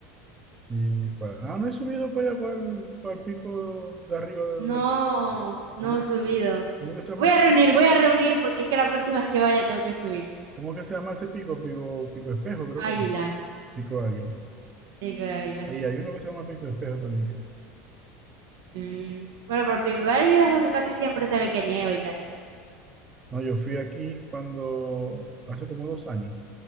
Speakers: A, on the right (about 25°); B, on the right (about 80°).
A: Sí, pa- ah, no he subido para allá, para el, para el pico de arriba de donde
B: No,
A: cae.
B: no
A: ¿Cómo
B: he
A: que,
B: subido.
A: cómo que se llama
B: Voy
A: ese,
B: a reunir,
A: pi-
B: voy a reunir porque es que la próxima vez que vaya tengo que subir.
A: cómo que se llama ese pico? Pico, pico espejo, creo
B: Águila,
A: que es. Pico águila.
B: digo águila.
A: Ahí hay uno que se llama pico espejo también, creo.
B: Mm, Bueno, pero Pico Galera es donde casi siempre se ve que nieva y tal.
A: No, yo fui aquí cuando, hace como dos años,